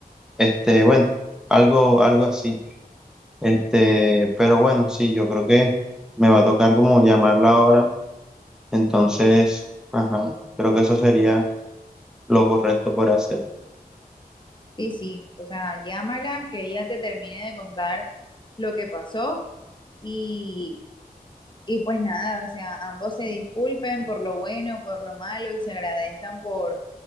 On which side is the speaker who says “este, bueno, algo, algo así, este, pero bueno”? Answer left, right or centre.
Centre